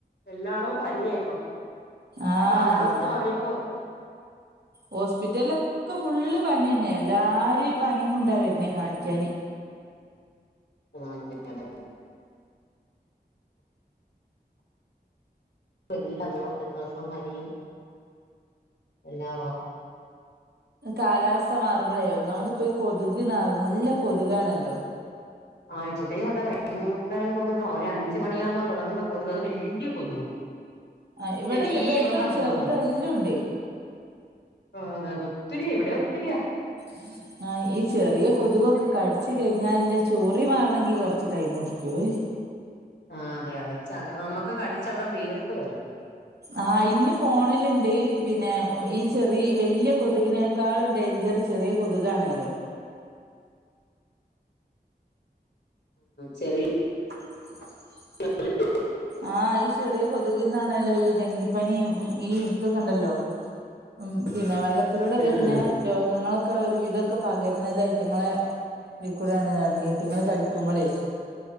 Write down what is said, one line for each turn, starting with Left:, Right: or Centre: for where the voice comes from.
Left: എല്ലാടോം പനിയായിപ്പം
Right: ആഹ്
Left: കാലാവസ്ഥ
Right: അതന്നെ
Left: മാറിയപ്പം
Right: ഹോസ്പിറ്റൽലൊക്കെ ഫുള്ള് പനിന്നെയ എല്ലാരും ഈ പനിം കൊണ്ടാ വരുന്നേ
Left: ആ
Right: കാണിക്കാന്.
Left: ആഹ് അതെ അതെ. <unintelligible> ജലദോഷവും പനിയും എല്ലാവോം
Right: കാലാവസ്ഥ മാറുമ്പളേ ഒന്നാമതിപ്പീ കൊതുക് നല്ല കൊതുകാണല്ലോ
Left: ആഹ് ഇബടേയും അതെ ഭയങ്കരം കൊതുകാ ഒരഞ്ച് മണിയാകുമ്പോ തൊടങ്ങുന്ന കൊതുകാ അത് വല്ല്യ കൊതുകും.
Right: അഹ് ഇവിടെല്ലെ
Left: ചെവീ
Right: വെല്തും
Left: വന്നാ മൂളുന്നെ
Right: ചെറുതും എല്ലവുണ്ട്.
Left: ആഹ് അതെയതെ ഒത്തിരിയ ഇവിടൊത്തിരിയ
Right: <inaudible> ആഹ് ഈ ചെറിയ കൊതുകൊക്കെ
Left: ഈ
Right: കടിച്ച് കഴിഞ്ഞാൽല്ലെ ചൊറി മാറണെങ്കി കൊറച്ച് ടൈമെടുക്കുവേ
Left: ആഹ് അതെയതെ ച നമ്മക്ക് കടിച്ചവിടെ വീർത്ത് വരും.
Right: ആഹ് ഇന്ന് ഫോണിലിണ്ട് പിന്നെ ഈ ചെറി വല്ല്യ കൊതുകിനേ ക്കാളും ഡേയ്ഞ്ചറ് ചെറിയ കൊതുകാണേലോ
Left: ചെറി
Right: <inaudible>
Left: <unintelligible>
Right: ആഹ് ഈ ചെറിയ കൊത്കിന്നാണല്ലോ ഈ ഡെങ്കി പ്പനി ഈ ഇതൊക്കെണ്ടല്ലോ ഉം പിന്നെ വെള്ളത്തിലൂടെ
Left: ആഹ്
Right: വെര്ണെ
Left: ആഹ്
Right: രോഗങ്ങളൊക്കെ ഒരുവിധൊക്കെ പകരുന്നതയിറ്റിങ്ങളെ ഇതീക്കൂടെയാണ്റഞ്ഞു ഇയ്റ്റിങ്ങള് കടിക്കുമ്പളേ